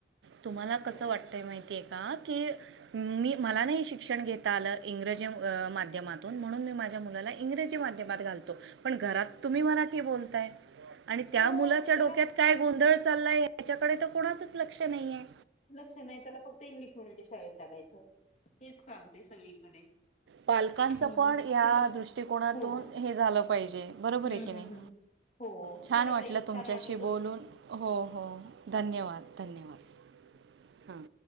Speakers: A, on the right; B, on the left.
A: तुम्हाला कसं
B: हो
A: वाटत- ते माहितीय का की मी मला नाही शिक्षण घेता आलं इंग्रजी माध्यमातून, म्हणून मी माझ्या मुलाला इंग्रजी माध्यमात घालतो, पण घरात तुम्ही मराठी बोलताय आणि त्या
B: हो
A: मुलाच्या
B: त्याला
A: डोक्यात काय गोंधळ चाललाय ह्याच्याकडे तर कोणाचच लक्ष नाहीेये.
B: तसं नाही त्याला फक्त इंग्लिश मडियमच्या शाळेत टाकायचं हेच चालतय सगळीकडे.
A: पालकांच
B: हम्म
A: पण या
B: चला
A: दृष्टीकोनातून
B: हो
A: हे झालं पाहिजे, बरोबर
B: हम्म
A: की नही?
B: हम्म हम्म हो
A: छान
B: चला
A: वाटलं
B: ताई छान
A: तुमच्याशी
B: वाटलं
A: बोलून, हो हो धन्यवाद धन्यवाद. हां.